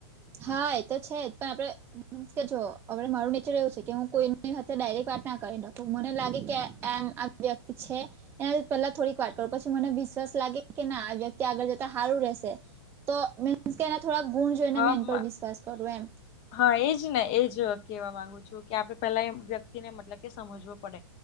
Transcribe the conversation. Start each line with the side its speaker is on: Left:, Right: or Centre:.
Right: હા એ તો છે જ પણ આપડે કે જો હવે મારું નેચર એવું છે કે હું કોઈની સાથે ડાયરેક્ટ વાત ના કરી નાખું મને લાગે કે વ્યક્તિ છે એના પહેલા થોડીક વાત કરો પછી મને વિશ્વાસ લાગે કે ના આ વ્યક્તિ આગળ જતા સારું રહેશે તો મીન્સ કે થોડા ગુણ જોઈને
Left: હા
Right: મેં એન પર વિશ્વાસ કરું એમ
Left: હા એજ ને એજ કેવા માંગુ છું કે આપડે પેલા એ વ્યક્તિ ને મતલબ કે સમજવો પડે